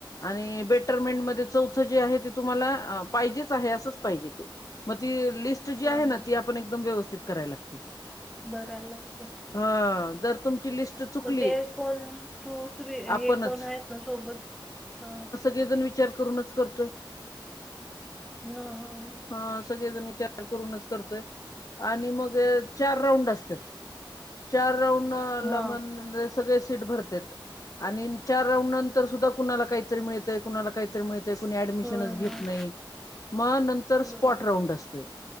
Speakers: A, on the left; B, in the centre.
A: आणि बेटरमेंटमध्ये चौथं जे आहे ते तुम्हाला पाहिजेच आहे असंच पाहिजे ते मग ती लिस्ट जी
B: हा
A: आहे ना
B: हा
A: ती आपण एकदम व्यवस्थित कराय लागते.
B: बरालागते
A: हा जर तुमची लिस्ट चुकली
B: मग ते कोण तू हे
A: आपणच
B: कोण आहेत ना सोबत? ह
A: लय जण विचार करूनच करतोय.
B: हा ह ह..
A: हा सगळेजण विचार करूनच करतोय आणि मग चार राऊंड असतात. चार राऊंडला
B: हा
A: म्हणलेस सगळे शीट भरतत्यात आणि चार राऊंड नंतर सुद्धा कुणाला काहीतर मिळतेय. कुणाला काही मिळतंय मग कोण ऍडमिशन
B: होय
A: घेत
B: होय
A: नाही मग नंतर स्पॉट
B: बरोबर
A: राऊंड स्पॉट राऊंड असतंय